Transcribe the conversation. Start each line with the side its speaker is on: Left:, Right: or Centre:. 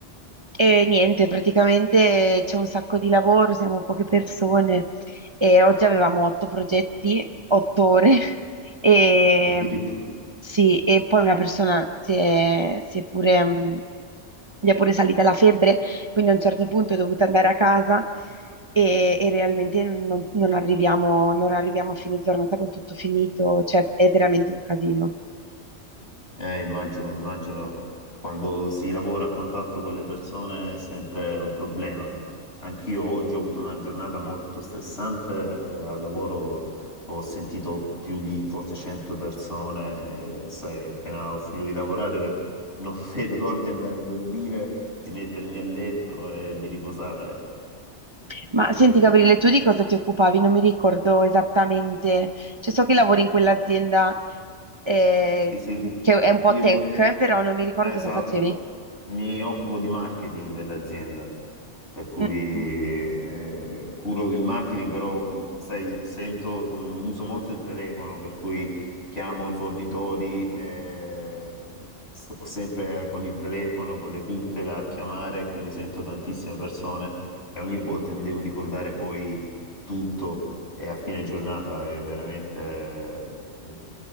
Right: E niente, praticamente c'è un sacco di lavoro, siamo poche persone e oggi avevamo otto progetti, otto ore <laughs> e
Left: Addirittura.
Right: mm, sì, e poi una persona si è, si è pure, mm, gli è pure salita la febbre, quindi a un certo punto è dovuta andare a casa e, e realmente non, non arriviamo, non arriviamo a fine giornata con tutto finito, cioè è veramente un casino.
Left: Eh, immagino, immagino, quando si lavora a contatto con le persone è sempre un problema. Anch'io oggi ho avuto una giornata molto stressante, eh, al lavoro ho sentito più di forse 100 persone, eh, sai, appena ho finito di lavorare non <laughs> vedo l'ora di andare a dormire, di mettermi a letto e di riposare.
Right: Ma
Left: Eh,
Right: senti Gabriele, tu di cosa ti occupavi? Non mi ricordo esattamente, cioè so che lavori in quell'azienda eh,
Left: Sì, sì,
Right: che è un po'
Left: io
Right: tech,
Left: mi...
Right: però non mi ricordo
Left: Esatto,
Right: cosa facevi.
Left: mi occupo di marketing dell'azienda, per cui
Right: Mm.
Left: eh, curo il marketing, però mh, sai, sento, mh, uso molto il telefono, per cui chiamo i fornitori, eh, sto sempre con il telefono, con le cuffie a chiamare, quindi sento tantissime persone e ogni volta mi devo ricordare poi tutto e a fine giornata è veramente eh,